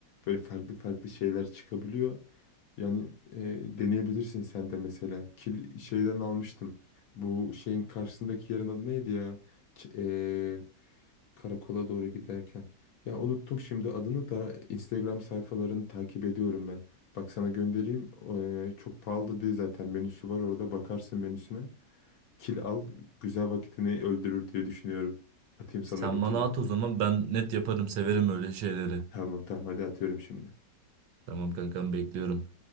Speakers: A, on the left (about 65°); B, on the right (about 75°).
A: Böyle farklı farklı şeyler çıkabiliyor. Yani e, deneyebilirsin sen de mesela. Kil şeyden almıştım. Bu şeyin karşısındaki yerin adı neydi ya? Ç- e, karakola doğru giderken. Ya unuttum şimdi adını da Instagram sayfalarını takip ediyorum ben. Bak sana göndereyim. O, e, çok pahalı da değil zaten. Menüsü var orada. Bakarsın menüsüne. Kil al. Güzel vakitini öldürür diye düşünüyorum. Atayım sana
B: Sen
A: linkini.
B: bana at o zaman ben net yaparım severim öyle şeyleri.
A: Tamam tamam hadi atıyorum şimdi.
B: Tamam kankam bekliyorum.